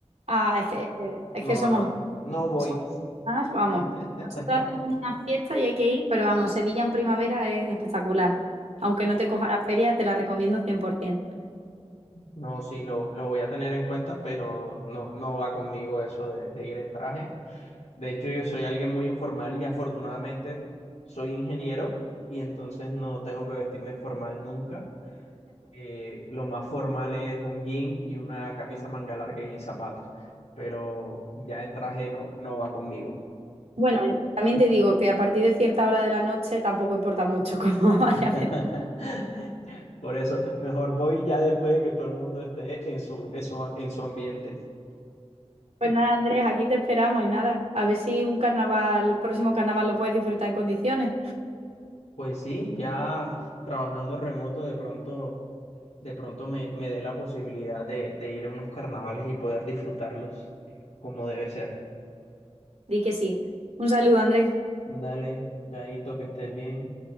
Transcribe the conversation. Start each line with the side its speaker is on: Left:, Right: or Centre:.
Right: ah, es que, es
Left: No,
Right: que somos,
Left: no, no voy.
Right: somos más, vamos.
Left: <laughs>
Right: Nosotros hacemos una fiesta y hay que ir, pero vamos, Sevilla en primavera es espectacular. Aunque no te coja la feria, te la recomiendo 100%.
Left: No, sí, lo, lo voy a tener en cuenta, pero no, no va conmigo eso de, de ir en traje. De hecho, yo soy alguien muy informal y afortunadamente soy ingeniero y entonces no tengo que vestirme formal nunca. Eh, lo más formal es un jean y una camisa manga larga y zapatos, pero ya en traje no, no va conmigo.
Right: Bueno, también te digo que a partir de cierta hora de la noche tampoco importa mucho cómo <laughs> vaya a
Left: <laughs> Por eso, mejor voy ya después de que todo el mundo esté en su, en su, en su ambiente.
Right: Pues nada, Andrés, aquí te esperamos y nada. A ver si un carnaval, el próximo carnaval lo puedes disfrutar en condiciones.
Left: Pues sí, ya trabajando remoto de pronto. de pronto me, me dé la posibilidad de, de ir a unos carnavales y poder disfrutarlos eh, como debe ser.
Right: Di que sí. Un saludo, Andrés.
Left: Dale, Chaito, que estés bien.